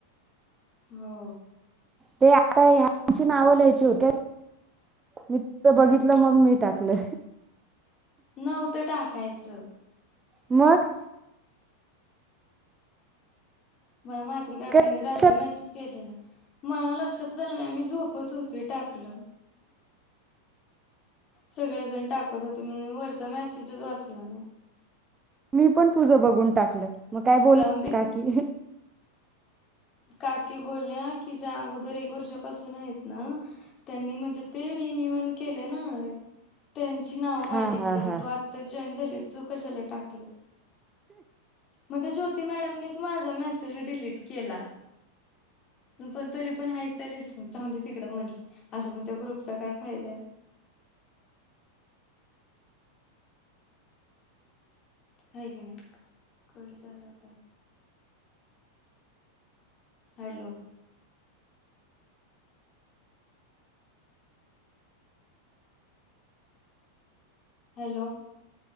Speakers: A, on the left (about 30°); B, on the right (about 15°).
A: हो.
B: ते आता ह्यांची नावं लिहायची होत्यात मी तुझं बघितलं म्हणुन मग मी टाकलं.
A: नव्हते टाकायचं.
B: मग
A: मला म्हाञी काकीनी
B: कशाला?
A: रात्री मेसेज केलेला, मला लक्षात आलं नाही, मी झोपत होते टाकलं सगळेजण टाकत होते, म्हणून मी वरचं मेसेजच वाचला नाही.
B: मी पण तुझं बघून टाकलंय, मग काय बोल
A: जाऊन
B: कि
A: दे
B: काकी
A: काकी बोलल्या कि ज्या अगोदर एक वर्षापासून आहेत ना त्यांनी म्हणजे ते रिनीव्हल केले ना. त्यांची नाव मागितलेली,
B: हा हा हा
A: तू आत्ताच जॉईन झालीस तू कशाला टाकलंस? म त्या ज्योती मॅडमनीच माझा मेसेज डिलीट केला. पण तरी पण हायेच त्या लिस्ट मधी जाऊदे तिकडं म्हटलं असं पण त्या ग्रुपचा काय फायदा आहे. हाय की नाही कट झाला पाय. हॅलो, हॅलो,